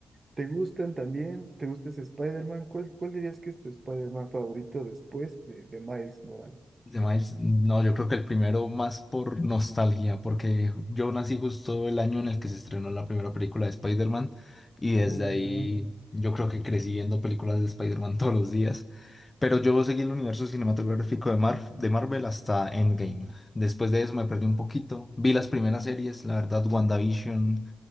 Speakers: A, on the right (about 35°); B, on the left (about 25°).
A: ¿te gustan también? ¿Te gusta ese Spider-Man? ¿Cuál, cuál dirías que es tu Spider-Man favorito después de, de Miles Morales?
B: De Miles, no, yo creo que el primero más por nostalgia, porque yo nací justo el año en el que se estrenó la primera película de Spider-Man y desde
A: Oh,
B: ahí
A: ya,
B: yo creo que crecí viendo películas de Spider-Man <laughs> todos los días. Pero yo seguí el universo cinematográfico de Mar- de Marvel hasta Endgame. Después de eso me perdí un poquito. Vi las primeras series, la verdad, WandaVision,